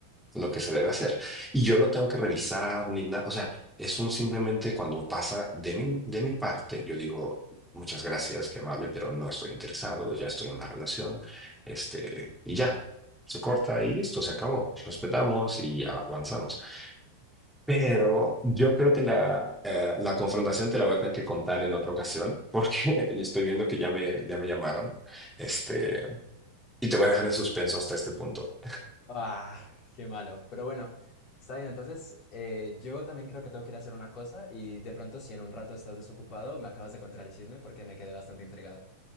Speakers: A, in the centre; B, on the left (about 40°).
A: lo que se debe hacer. Y yo no tengo que revisar ni nada, o sea, es un simplemente cuando pasa de mi, de mi parte, yo digo, muchas gracias, qué amable, pero no estoy interesado, ya estoy en una relación, este, y ya, se corta y listo, se acabó, respetamos y avanzamos. Pero yo creo que la, eh, la confrontación te la voy a tener que contar en otra ocasión, porque <laughs> estoy viendo que ya me, ya me llamaron, este, y te voy a dejar en suspenso hasta este punto.
B: Ah, qué malo. Pero bueno, está bien. Entonces, eh, yo también creo que tengo que ir a hacer una cosa y de pronto, si en un rato estás desocupado, me acabas de contar el chisme porque me quedé bastante intrigado.